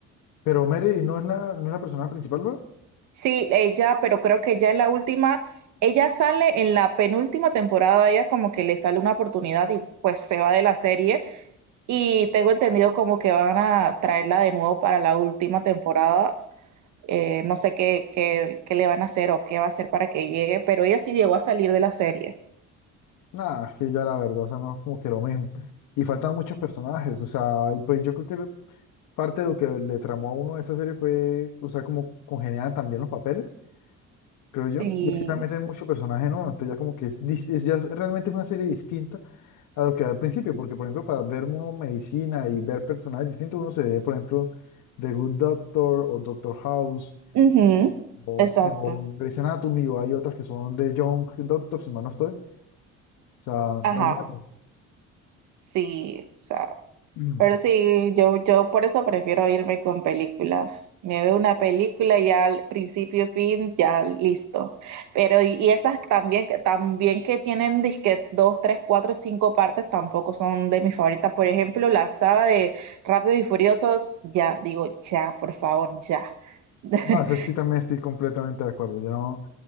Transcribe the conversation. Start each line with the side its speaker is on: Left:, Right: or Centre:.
Left: Pero Mary no es la, no es la personaje principal, luego.
Right: Sí, ella, pero creo que ya en la última, ella sale en la penúltima temporada, ella como que le sale una oportunidad y pues se va de la serie y tengo entendido como que van a traerla de nuevo para la última temporada. Eh, no sé qué, qué, qué le van a hacer o qué va a hacer para que llegue, pero ella sí llegó a salir de la serie.
Left: Nada, es que ya la verdad, o sea, no es como que lo mismo. Y faltan muchos personajes, o sea, y pues yo creo que lo- parte de lo que le tramó a uno de esa serie fue, o sea, como congeniaban también los papeles, creo yo.
Right: Sí.
Left: Y ahí también meten muchos personajes nuevos, entonces ya como que es, dis- es ya es realmente una serie distinta a lo que era al principio, porque por ejemplo, para ver uno medicina y ver personajes distintos, uno se ve, por ejemplo, The Good Doctor o Doctor House
Right: Ujú,
Left: o,
Right: Exacto.
Left: o Grey's Anatomy, o hay otras que son de Young Doctor, si mal no estoy. O sea,
Right: Ajá.
Left: hay varios.
Right: Sí. o sea,
Left: <clears throat>
Right: Pero sí, yo, yo por eso prefiero irme con películas. Me veo una película y ya al principio, fin, ya listo. Pero y, y esas también, que- también que tienen disque dos, tres, cuatro, cinco partes tampoco son de mis favoritas. Por ejemplo, la saga de Rápidos y Furiosos, ya digo, ya, por favor, ya. <laughs>
Left: No, ese sí también estoy completamente de acuerdo. Yo no,